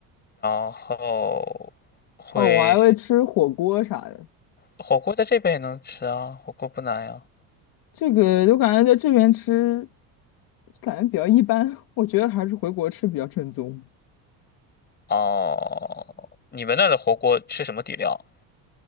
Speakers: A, on the left; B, on the left.
A: 然后会
B: 哦，我还会吃火锅啥的。
A: 火锅在这边也能吃啊，火锅不难呀。
B: 这个我感觉在这边吃，感觉比较一般。<laughs> 我觉得还是回国吃比较正宗。
A: 哦，你们那儿的火锅吃什么底料？